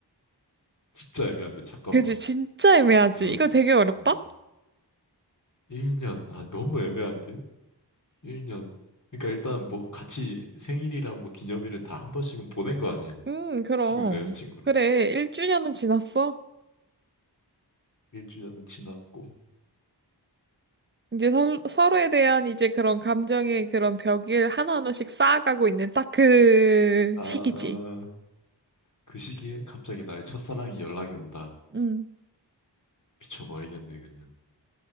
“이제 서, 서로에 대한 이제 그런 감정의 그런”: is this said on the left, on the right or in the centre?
Right